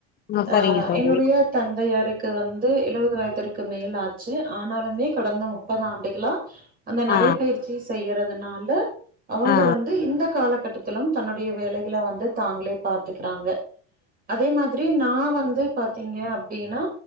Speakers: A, on the left; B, on the right.
A: ஆ
B: ஆஹ்
A: சரிங்க தோழி
B: என்னுடைய தந்தையாருக்கு வந்து எழுபது வயதிற்கு மேல் ஆச்சு ஆனாலுமே கடந்த முப்பது ஆண்டுகலா ஹ அந்த நடை
A: ஆ
B: பயிற்சி செய்யறது அதுனால அவுங்க
A: ஆ
B: வந்து இந்த காலகட்டத் திலும் தன்னுடைய வேலைகள வந்து தாங்களே பாத்துகுறாங்க அதே மாதிரி நா வந்து வந்து பாத்தீங்க அப்டின்னா